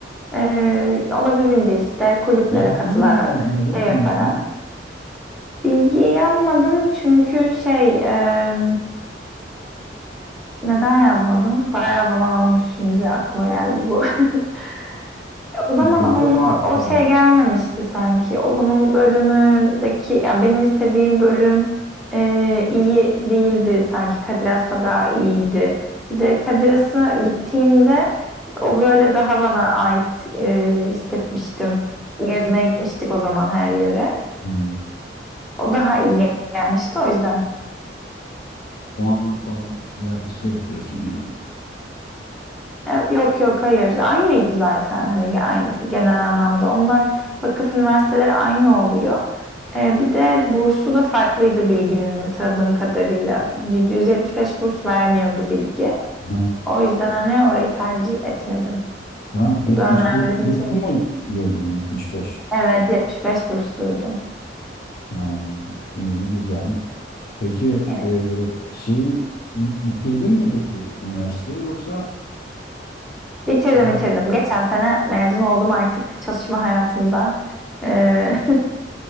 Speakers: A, in the centre; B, on the left.
A: e, olabildiğince işte kulüplere
B: Bilgiyi
A: katılarak,
B: niye yazmadın?
A: şey yaparak.
B: Bilgiyi
A: Bilgiyi yazmadım çünkü şey e, neden yazmadım? Bayağı zaman almış şimdi aklıma geldi bu. <laughs> O zaman
B: hiç yükseltmedin.
A: onun o,
B: sen.
A: o şey gelmemişti sanki. O bunun bölümündeki yani benim istediğim bölüm e, iyi değildi sanki. Kadir Has'ta daha iyiydi. Bir de Kadir Has'a gittiğimde o böyle daha bana ait e, hissetmiştim. Gezmeye gitmiştik o zaman her yere.
B: Ha,
A: O daha iyi gel- gelmişti o yüzden.
B: O an falan alakası yok diyorsun yani.
A: E, Yok yok hayır. Aynıydı zaten hani ge- aynı, genel anlamda. Onlar vakıf üniversiteleri aynı oluyor. E, bir de bursu da farklıydı Bilgi'nin hatırladığım kadarıyla. 775 burs vermiyordu Bilgi.
B: Ha,
A: O yüzden hani orayı tercih etmedim.
B: Sen
A: Bu
B: 75
A: da önemli
B: burslu
A: bir şey.
B: mu girdin 75?
A: Evet 75 bursluydum.
B: Ha, iyi güzel. Peki
A: Evet.
B: e, şeyi bi- bitirdin mi peki üniversiteyi yoksa
A: Bitirdim
B: e,
A: bitirdim. Geçen sene mezun oldum artık çalışma hayatında. E, <laughs>